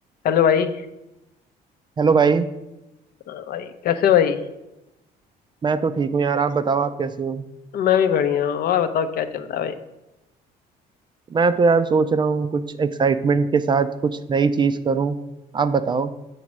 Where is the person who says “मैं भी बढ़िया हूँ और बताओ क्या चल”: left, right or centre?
Left